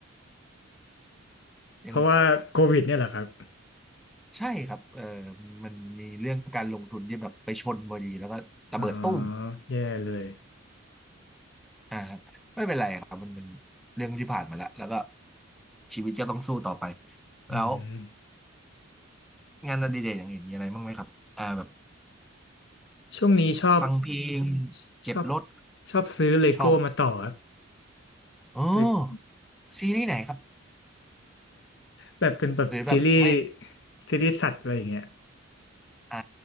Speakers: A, in the centre; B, on the left.
A: <laughs>
B: เพราะว่าโควิดเนี่ยแหละครับ
A: ยังใช่ครับเออมันมีเรื่องการลงทุนที่แบบไปชนพอดีแล้วก็ระเบิดตุ้ม
B: อ๋อแย่เลย
A: อ่าครับไม่เป็นไรครับมันมันเรื่องที่ผ่านมาแล้วแล้วก็ชีวิตก็ต้องสู้ต่อไป
B: อืม
A: แล้วงานอดิเรกอย่างอื่นมีอะไรบ้างไหมครับอ่าแบบ
B: ช่วงนี้ชอบ
A: ฟังเพลง
B: ชชอบ
A: เก็บรถ
B: ชอบซื้อเลโก้มาต่อครับ
A: ชอบเออ
B: Le-
A: ซีรีส์ไหนครับ
B: แบบเป็นแบบซีรีส์
A: หรือแบบไม่
B: ซีรีส์สัตว์อะไรอย่างเงี้ย
A: อ่า